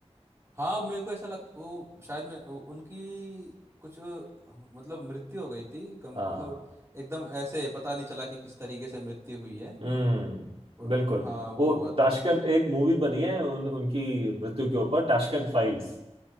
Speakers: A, on the right; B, on the right.
A: हाँ मेरे को ऐसा लगता वो शायद मैं उ- उनकी कुछ अ, मतलब मृत्यु हो गई थी गम,
B: हाँ
A: मतलब एकदम ऐसे पता नहीं चला कि किस तरीके से मृत्यु हुई है
B: हम्म
A: वो,
B: बिल्कुल
A: हाँ वो
B: वो
A: हुआ था
B: ताशकंद एक मूवी बनी है उन, उनकी मृत्यु के ऊपर ताशकंद फाइल्स